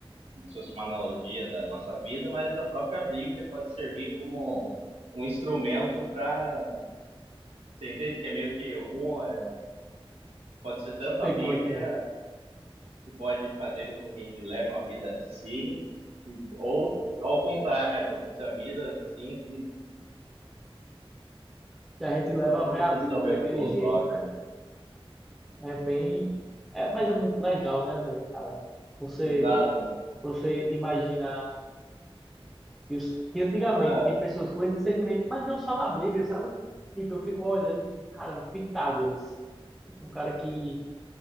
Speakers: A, on the right; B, in the centre.
A: como se fosse uma analogia da nossa vida, mas a própria Bíblia pode servir como um instrumento para. Você entende que é meio que um. é, Pode ser tanto
B: sei
A: a Bíblia
B: como é que é.
A: que pode fazer com que a gente leve uma vida assim, e, ou ao contrário, pode ser a vida assim, que
B: Que a gente leva
A: é uma
B: a ver a
A: questão
B: Bíblia
A: meio
B: daquele
A: filosófica.
B: jeito, né? É bem. É, mas é muito legal, né, velho, cara? Você
A: Exato.
B: você imaginar que, os, que antigamente
A: Ah, ah,
B: tinha pessoas com esse discernimento, mas não só na Bíblia, sabe? Tipo, eu fico olhando e fico, caramba, Pitágoras. Tipo, um cara que,